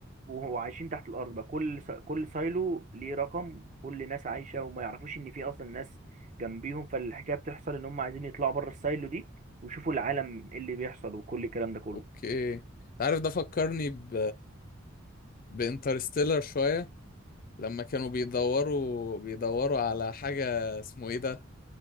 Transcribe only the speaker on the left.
اوكي انت عارف ده فكرني ب بانترستيلر شويه لما كانوا بيدوروا بيدوروا على حاجه اسمه ايه ده